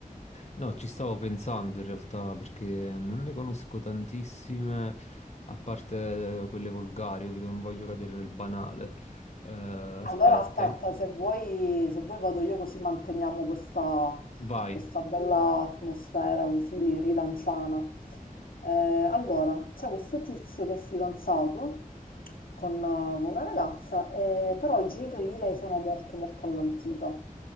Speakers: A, on the left (about 50°); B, on the left (about 80°).
A: no, ci stavo pensando in realtà perché non ne conosco tantissime, a parte quelle volgari, capito? Non voglio cadere nel banale. Eh, aspetta,
B: Allora aspetta, se vuoi, se vuoi vado io così manteniamo questa,
A: vai.
B: questa bella atmosfera così ridanciana. Eh, allora, c'è questo tizio che è fidanzato con, eh, con una ragazza, eh, però i genitori di lei sono molto molto all'antica.